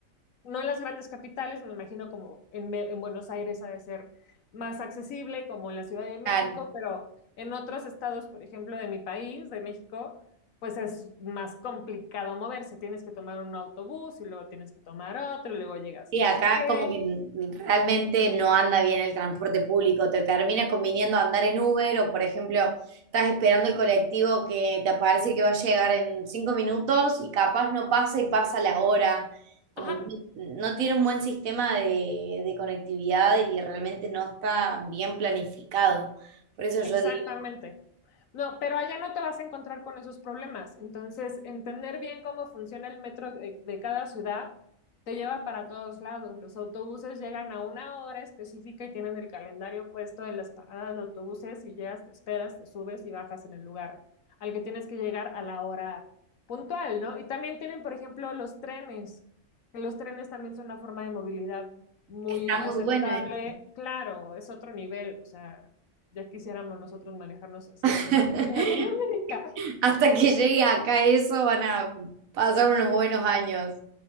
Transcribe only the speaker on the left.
no en las grandes capitales, me imagino como en, Be- en Buenos Aires ha de ser más accesible, como en la Ciudad de México,
pero en otros estados, por ejemplo, de mi país, de México, pues es más complicado moverse. Tienes que tomar un autobús y luego tienes que tomar otro y luego llegas
y no
sé qué.
Ajá,
Exactamente.
No, pero allá no te vas a encontrar con esos problemas. Entonces, entender bien cómo funciona el metro de, de cada ciudad te lleva para todos lados. Los autobuses llegan a una hora específica y tienen el calendario puesto en las paradas de autobuses y llegas, te esperas, te subes y bajas en el lugar al que tienes que llegar a la hora puntual, ¿no? Y también tienen, por ejemplo, los trenes. que Los trenes también son una forma de movilidad muy
aceptable.
Claro, es otro nivel, o sea. Ya quisiéramos nosotros manejarnos así
en <laughs> Latinoamérica.